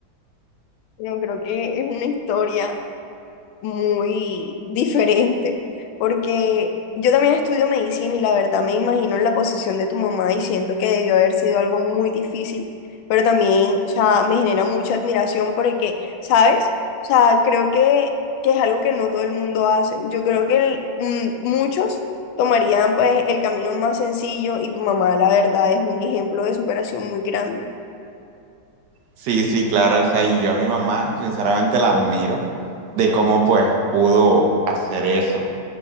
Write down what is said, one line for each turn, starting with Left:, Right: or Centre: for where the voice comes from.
Left: Yo creo que es una historia muy diferente, porque yo también estudio medicina y la verdad me imagino en la posición de tu mamá y siento que debió haber sido algo muy difícil, pero también, o sea, me genera mucha admiración porque, ¿sabes? O sea, creo que, que es algo que no todo el mundo hace. Yo creo que el- mm, muchos tomarían pues el camino más sencillo y tu mamá, la verdad, es un ejemplo de superación muy grande.
Right: Sí, sí, claro, o sea, y yo a mi mamá sinceramente la admiro de cómo pues pudo hacer eso.